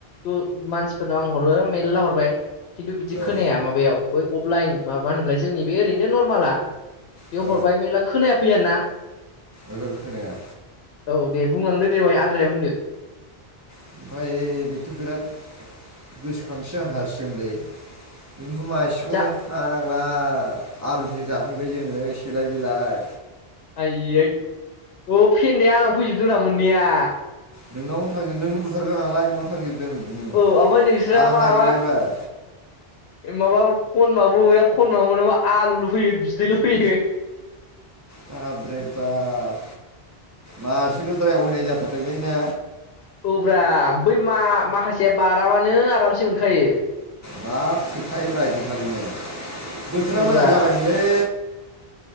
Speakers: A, on the left; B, on the right.
A: थ' मानसिफोरनाव आं हरो मेरला हरबाय खिन्थु बिदि खोनाया
B: औ
A: माबायाव बै अफलाइन मा मा होनोमलाय जोंनि बे ओरैनो नरमालाआ बे
B: औ
A: हरबाय मेरला खोनाया फैयानो ना?
B: ओहो खोनाया
A: औ दे बुंलांदो दे बहाय आद्राया बुंदो।
B: ओमफाय बेथ' बिराद गोसोखांथि जाना थासिगोनलै। एम्बु मासेखौनो
A: जा
B: फाग्ला आलुजों जाफैबाय जोङो सेलाय बिलाय।
A: आइयै अ' फेन्दाया आंनाव फैजोबदोंब्रा मोननैया।
B: नोंनावनो थांजोबदों नोंहा बुथारग्रा नालाय नोंनावनो थांजोबदों। उम
A: औ आमफाय नोंस्रा
B: आंहा
A: माबा
B: नागिरबायबाय
A: माबा खनबाबो मोना खनबाबो मोना माबा आलुल' फैयो बिदैल' फैयो।
B: बाब्रेबाब मासेल'द्राया अयनाय जा थारदोंलै ना?
A: औ ब्रा बै मा माखासेया बाराबानो आरामसे मोनखायो।
B: बाब थोखायोब्रा ओयदिनखालिनो बोथोरा
A: औब्रा
B: मोजां जाबायमोनलै।